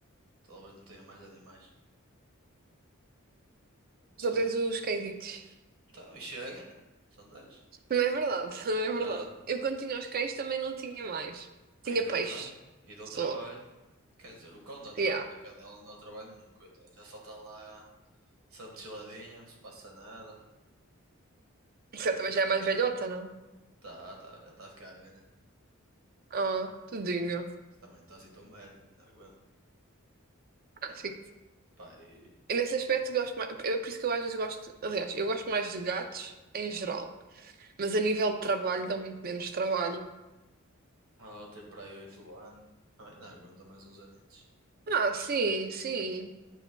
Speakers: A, on the right; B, on the right.
A: Talvez não tenha mais animais. Não sei.
B: Só tens os cãezitos.
A: Então, e chega. São dez
B: Não é verdade, <laughs> não é
A: Já
B: verdade.
A: dá.
B: Eu quando tinha os cães também não tinha mais. Tinha
A: E dão,
B: peixe.
A: tra... e dão
B: Só.
A: trabalho. Quer dizer, o cão dá trabalho.
B: Yeah.
A: A cadela não dá trabalho nenhum, coitada. Já só está lá, sempre chiladinha, não se passa nada.
B: Você também já é mais velhota, não?
A: Tá, tá, já está a ficar velha.
B: Ah, tudinho.
A: Também não está assim tão velha. Não aguenta.
B: Ah, sim
A: Pá, e.
B: Nesse aspecto gosto mais, é por isso que eu às vezes gosto, aliás, eu gosto mais de gatos em geral, mas a nível de trabalho dão muito menos trabalho.
A: Ela tem para aí 8 anos. Ai, não aguenta mais uns anitos.
B: Ah, sim, sim.